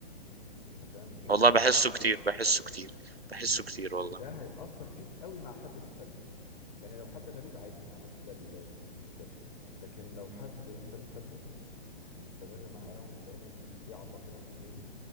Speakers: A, on the left; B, on the right.
A: انت فاهم الفكرة
B: والله
A: دي
B: بحسه كتير بحسه كتير بحسه
A: و...
B: كتير
A: وده
B: والله
A: هيأثر فيك قوي مع حد بتحبه يعني لو حد غريب عادي انا عملت ده اللي مفيش مشكلة لكن لو حد انت بتحبه ومستمر معاه ودايما في عطاء بينك وبينه